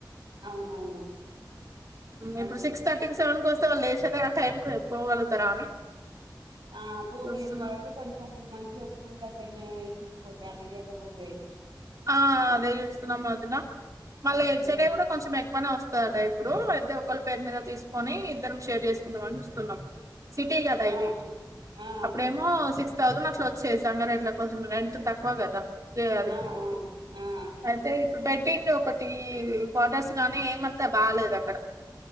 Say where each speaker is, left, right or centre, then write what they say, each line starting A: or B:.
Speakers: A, on the right; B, on the right.
A: అవునవును
B: ఇప్పుడు
A: అదే
B: సిక్స్ థర్టీకి సెవెన్ కొస్ లేసేదే ఆ టైంకి పోగలుగుతారా అని
A: ఆ పోలేరు
B: చూస్తున్నా
A: కాబట్టి కొంచెం మ స్కూల్ దగ్గర్నే చూసుకొండి వాళ్ళు <unintelligible>
B: ఆ అదే చూస్తున్నాం వదిన మళ్ళీ <unintelligible>
A: ఉమ్
B: కూడా కొంచెం ఎక్కువ <unintelligible> టైప్ ఇప్పుడు పెద్ద ఒకరి పేరు మీద తీసుకొని ఇద్ధరం షేర్ చేసుకుందాం అని చూస్తున్నాం సిటీ కదా
A: ఆ
B: ఇది
A: ఆ
B: అప్పుడేమో సిక్స్ <unintelligible> అట్లా వచ్చే <unintelligible> ఇట్లా కొంచెం ఎంత తక్కువ కదా ఏ అది
A: ఆ ఆ ఆ
B: అయితే బెడ్డింగ్ ఒకటి క్వార్టర్స్ గానీ ఏమంత బాలేదు అక్కడ